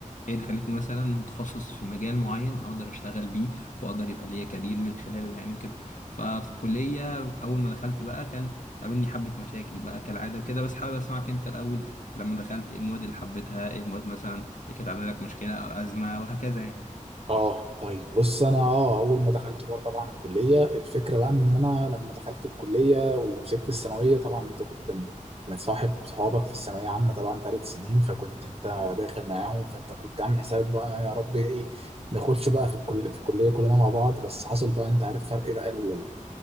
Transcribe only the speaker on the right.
اه طيب بص انا اه اول ما دخلت بار طبعا الكليه الفكره بقى ان انا لما دخلت الكليه وسبت الثانويه طبعا انت كنت م- متصاحب صحابك في الثانويه عامه طبعا ثلاث سنين فكنت انت داخل معاهم فانت كنت عامل حسابك بقى يا رب ايه نخش بقى في الكل في الكليه كلنا مع بعض بس حصل بقى انت عارف فرق بقى ال-